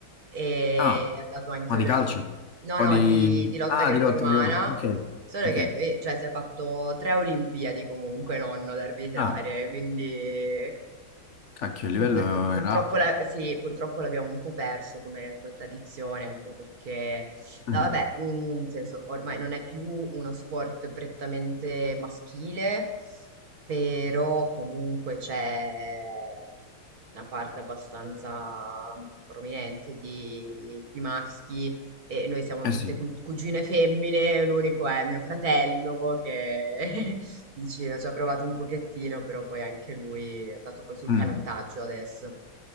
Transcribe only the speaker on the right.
e
è andato anche
alle
Olim- No,
no,
di, di lotta
greco-romana,
solo
che eh, cioè, si è fatto tre Olimpiadi comunque nonno ad arbitrare,
quindi...
E pur-
purtroppo,
la- sì, purtroppo l'abbiamo un po' perso come, come tradizione, anche perché, no,
vabbè, mh, nel senso, ormai non è più uno sport prettamente maschile, però comunque c'è mh, una parte abbastanza prominente di, di maschi e noi siamo
tutte
cu- cugine femmine, l'unico è mio fratello che <laughs> vicino ci ha provato un pochettino, però poi anche lui è andato poi sul
canottaggio adesso.